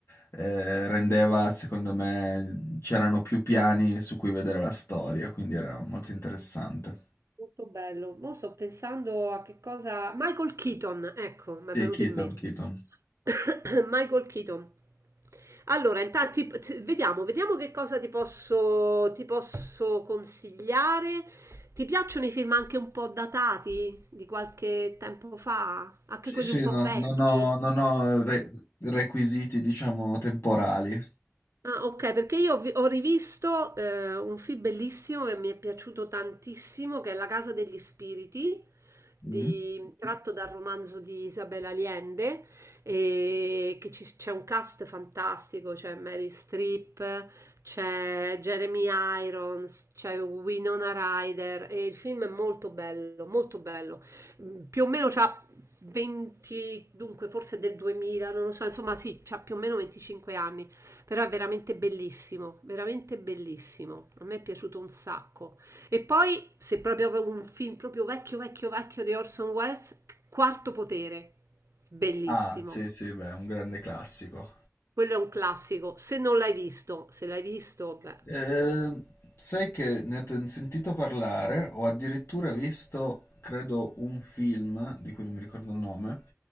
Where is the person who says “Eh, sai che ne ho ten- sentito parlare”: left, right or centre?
Left